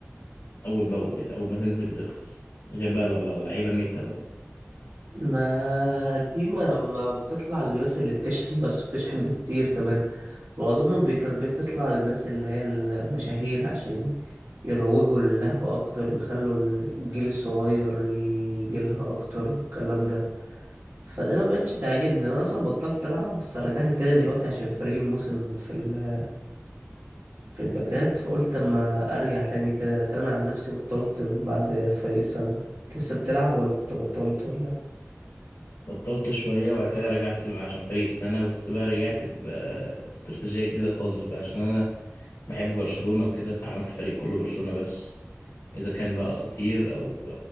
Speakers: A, on the left; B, on the right.
A: أول بأول يعني أول ما تنزل بترخص غير بقى لو لو لعيبة ميتة بقى
B: ما دي ما, ما بتطلع للناس اللي بتشحن بس بتشحن بكتير كمان معظمهم بيت... بتطلع للناس اللي هي المشاهير عشان يروجوا للعبة أكتر ويخلوا الجيل الصغير يجيلها أكتر والكلام ده فدي ما بقتش تعجبني انا اصلا بطلت العب بس رجعت تاني دلوقتي عشان فريق الموسم في ال... في الباكات فقلت اما ارجع تاني كده لكن انا عن نفسي بطلت من بعد فريق السنه انت لسه بتلعب ولا كنت بطلت ولا
A: بطلت شوية وبعد كده رجعت ل- عشان فريق السنة بس بقى رجعت باستراتيجية جديدة خالص بقى عشان أنا بحب برشلونة وكده فعملت فريق كله برشلونة بس إذا كان بقى أساطير أو